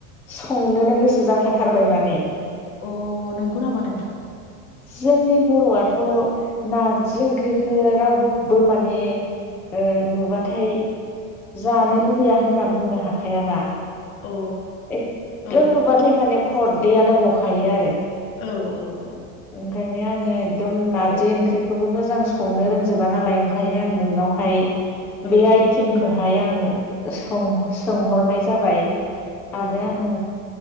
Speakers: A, in the centre; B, on the left.
A: संनोनो गोसो जाखाथारबाय माने
B: अ नंगौ नामा नोंथां?
A: जोंनि बर'आथ' नारजि ओंख्रिखौ रावबो माने ओ नुबाथाय जानो लुबैया होनना बुंनो हाखायाना?
B: औ
A: एकदम
B: औ
A: नुबाथाय माने खदैयानो गखायो आरो
B: औ औ
A: ओंखायनो आर आंङो एकदम नारजि ओंख्रिखौबो मोजां संनो रोंजोबा नालाय ओंखायनो आं नोंनावहाय
B: औ
A: बे आइटेमखौहाय आं सों-सोंहरनाय जाबाय
B: औ
A: आरो उम